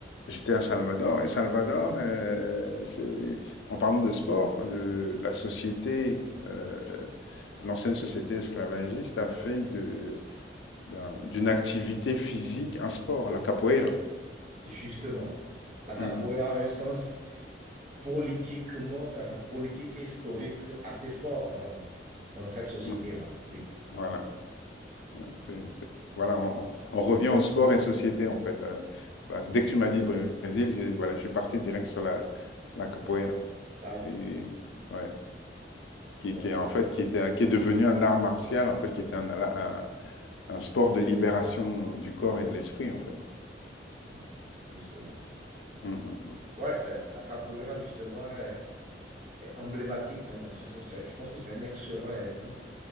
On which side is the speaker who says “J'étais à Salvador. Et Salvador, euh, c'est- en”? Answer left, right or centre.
Left